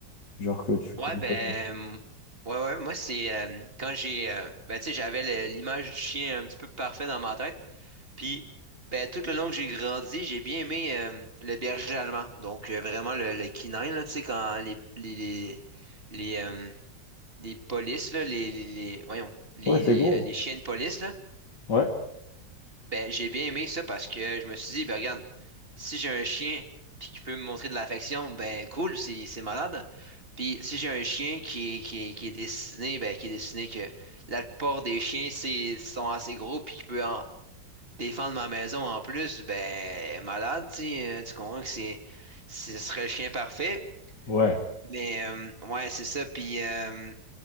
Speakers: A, on the left (about 65°); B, on the right (about 30°).
A: Genre que tu pourrais
B: Ouais, ben,
A: pas dire.
B: euh, ouais, ouais, moi, c'est euh, quand j'ai, euh, ben, tu sais, j'avais le- l'image du chien un petit peu parfait dans ma tête. Puis, ben, tout le long que j'ai grandi, j'ai bien aimé euh, le berger allemand. Donc, euh, vraiment le, le canine, là, tu sais, quand les, les, les, les, euh, les polices, là, les, les, les- voyons, les,
A: Ouais, c'est
B: les,
A: gros.
B: euh, les chiens de police, là,
A: Ouais.
B: ben, j'ai bien aimé ça parce que je me suis dit, ben, regarde, si j'ai un chien puis qui peut me montrer de l'affection, ben, cool, c'est, c'est malade. Puis, si j'ai un chien qui est, qui est, qui est dessiné, ben, qui est dessiné que la plupart des chiens, c'est, sont assez gros puis qui peut en, défendre ma maison en plus, ben, elle est malade, tu sais, euh, tu comprends que c'est, ce serait le chien parfait.
A: Ouais.
B: Mais euh, ouais, c'est ça. Puis euh,